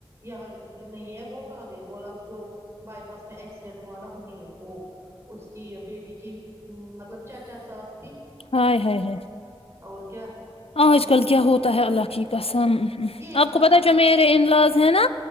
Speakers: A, on the right; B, on the left.
A: یہاں نہیں ہے وہ کہاں گئے بولا جو بائی پاس میں ایک ہوا نا انہیں وہ اس کی بیٹی کی مطلب چاچا سا ای
B: <unintelligible>
A: اور کیا
B: آج
A: ہمیں
B: کل
A: کتنا
B: کیا ہوتا
A: برا
B: ہے
A: لگا
B: اللہ
A: اور
B: کی
A: کیا
B: قسم
A: یہ
B: آپ
A: سب
B: کو پت
A: ہماری
B: جو میرے انلاز ہے نا